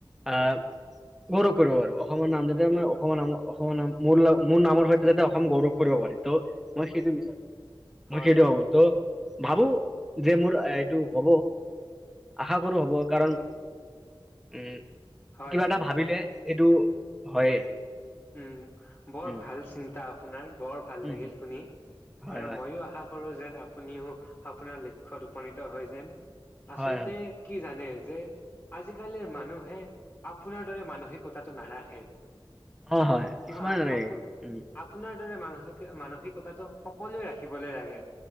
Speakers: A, in the centre; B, on the left (about 25°).
A: অ'- গৌৰৱ কৰিব পাৰোঁ। অসমৰ নাম যাতে, মই অসমৰ নাম- অসমৰ নাম- মোৰ ল- মোৰ নামৰ সৈতে যাতে অসম গৌৰৱ কৰিব পাৰে। তো মই সেইটো বিচাৰোঁ। মই
B: হয়,
A: সেইটো
B: হয়,
A: ভাবোঁ, তো ভাবোঁ যে মোৰ এইটো হ'ব। আশা কৰোঁ হ'ব, কাৰণ উম
B: হয়,
A: কিবা
B: হয়,
A: এটা ভাবিলে এইটো হয়ে।
B: উম। বৰ
A: উম
B: ভাল চিন্তা আপোনাৰ বৰ ভাল লাগিল
A: উম
B: শুনি।
A: হয়
B: আৰু
A: হয়
B: ময়ো আশা ক কৰোঁ যেন আপুনিও আপোনাৰ লক্ষ্যত উপনীত হয় যেন। আচলতে
A: হয় হয়
B: কি জানে? যে আজিকালিৰ মানুহে আপোনাৰ দৰে মানসিকতাটো নাৰাখে।
A: অ হয় কিছুমান
B: অ'
A: এনেকে
B: আপোনা-
A: উম
B: আপোনাৰ মানসিক- মানসিকতাটো সকলোৱে ৰাখিবলৈ লাগে।